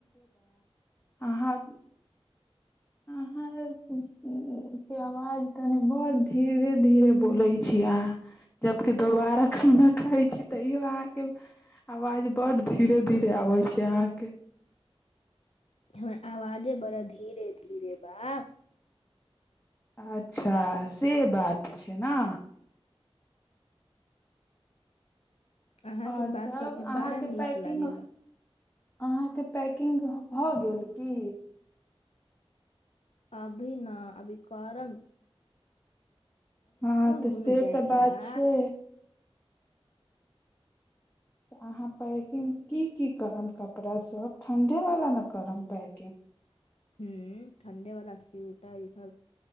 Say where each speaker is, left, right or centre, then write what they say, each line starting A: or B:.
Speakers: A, on the left (about 20°); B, on the left (about 85°).
A: आहाँ अहाँ ए के आवाज तनि बड्ड धीरे धीरे बोलै छियै अहाँ जबकि दोबारा खाना खाइ छी तैयो अहाँके आवाज बड्ड धीरे धीरे आबै छै अहाँके
B: हमर आवाजे बड़ा धीरे धीरे बा
A: अच्छा से बात छै ने
B: अहाँसँ
A: आओर
B: बात
A: सब
B: करके
A: अहाँके
B: बड़ा नीक
A: पैकिंग
B: लागेला
A: अहाँ के पैकिंग भऽ गेल की
B: अभी न अभी करब
A: हँ तऽ
B: घूमे
A: से
B: जाएके
A: तऽ बात
B: बा
A: छै तऽ अहाँ पैकिंग की की करब कपड़ासभ ठण्ढेवला ने करब पैकिंग
B: हूँ ठण्डे वाला स्वेटर ईसभ